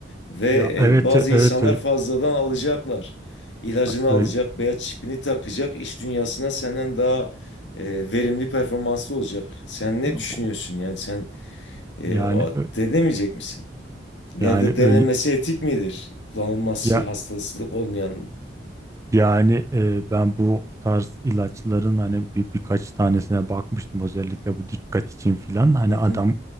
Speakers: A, on the left; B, on the right.
A: Ve
B: ya evet
A: e, bazı
B: e, evet
A: insanlar
B: öyle,
A: fazladan alacaklar. İlacını
B: öyle
A: alacak, beyaz çipini takacak, iş dünyasına senden daha e, verimli performanslı olacak. Sen ne
B: o-
A: düşünüyorsun yani sen e,
B: yani
A: o-
B: ö-
A: denemeyecek misin? Ya
B: yani
A: da denemesi
B: öyle
A: etik midir? Kullanılması
B: ya
A: hastalık olmayan.
B: Yani e, ben bu tarz ilaçların hani bir birkaç tanesine bakmıştım özellikle bu dikkat için filan. Hani
A: Hı hı,
B: adam